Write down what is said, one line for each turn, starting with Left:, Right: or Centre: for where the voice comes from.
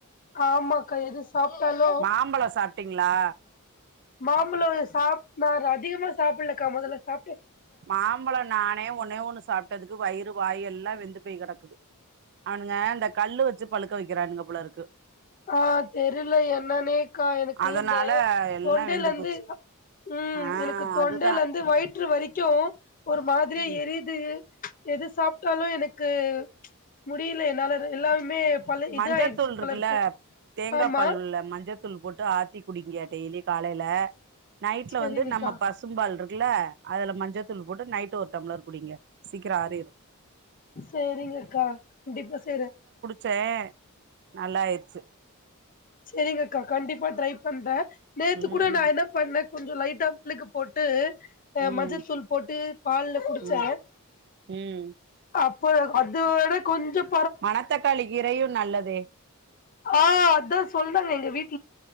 Left: ஆமாக்கா எது சாப்ட்டாலு
Right: மாம்பழ சாப்ட்டீங்களா
Left: மாம்பழ சா அதிகமா சாப்பிடலக்கா மொதல்ல சா
Right: மாம்பழ நானே ஒன்னே ஒன்னு சாப்பிட்டு கதுக்கு வயிறு வாய் எல்லா வெந்து போய் கெடக்குது அவனுங்க இந்த கல்லு வச்சு பழுக்க வெக்கிறான்ங்க போல இருக்கு
Left: ஆ தெரியல என்னன்னேக்கா எனக்கு
Right: அதனால
Left: இந்த
Right: எல்லா
Left: தொண்டேல
Right: வெந்து
Left: வந்து
Right: போச்சு
Left: உம்
Right: ஆ
Left: எனக்கு தொண்டேல
Right: அதுதா
Left: வந்து வய வரைக்கு ஒரு மாதிரியா
Right: ம்
Left: எரியுது எது சாப்ட்டாலு எனக்கு முடியல என்னால எல்லாமே போல
Right: மஞ்சத்தூள்
Left: இது ஆயிடுச்சு
Right: இருக்குல்ல
Left: போல இருக்கு
Right: தேங்கா
Left: ஆமா
Right: பால் உள்ள மஞ்சத்தூள் போட்டு ஆ டீ குடிங்க டெய்லி காலேல நைட்ல
Left: செரிங்கக்கா
Right: வந்து நம்ம பசும்பால் இருக்குல்ல அதுல மஞ்ச மஞ்சதூள் போட்டு நைட்டு ஒரு டம்ளர் குடிங்க சீக்கிர ஆறிடும்
Left: சேரிங்க அக்கா கண்டிப்பா செய்றே
Right: ச நல்ல ஆயிடுச்சு
Left: சரிங்க அக்கா கண்டிப்பா ட்ரை பண்றே நேத்து
Right: ம்
Left: கூட நா என்ன பண்ணே கொஞ்சோ லைட் தம்புக்கு போட்டு ஹ
Right: ம்
Left: மஞ்சத்தூள் போட்டு பால்ல குடுச்சா
Right: ம் ம்
Left: இப்ப அதோட கொஞ்சம்
Right: மணத்தக்காளி கீரையும் நல்லது
Left: ஆ அதான் சொல்றாங்க எங்க வீட்